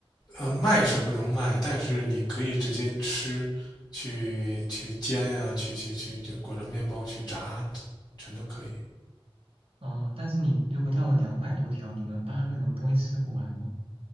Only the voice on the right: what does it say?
哦，但是你如果钓了两百多条，你们八个人不会吃不完吗？